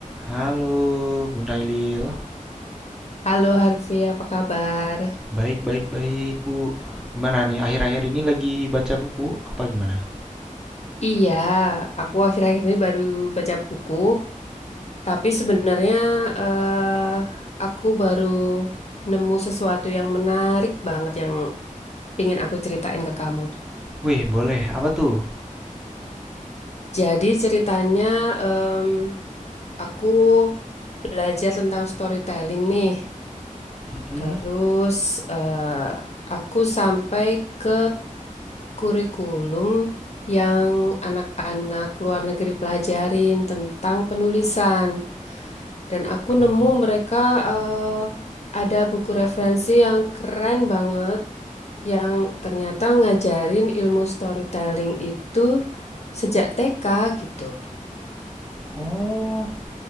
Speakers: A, in the centre; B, on the left.
A: Halo, Bunda Ilil.
B: Halo Harvey, apa kabar?
A: Baik, baik, baik, Bu. Gimana nih, akhir-akhir ini lagi baca buku apa gimana?
B: Iya, aku akhir-akhir ini baru baca buku, tapi sebenarnya eh, aku baru nemu sesuatu yang menarik banget yang pingin aku ceritain ke kamu.
A: Wih, boleh. Apa tuh?
B: Jadi ceritanya em, aku belajar tentang storytelling nih,
A: Mm-mm.
B: terus eh, aku sampai ke kurikulum yang anak-anak luar negeri pelajarin tentang penulisan. Dan aku
A: Oh.
B: nemu mereka eh, ada buku referensi yang keren banget yang ternyata ngajarin ilmu storytelling itu sejak TK gitu.
A: Oh.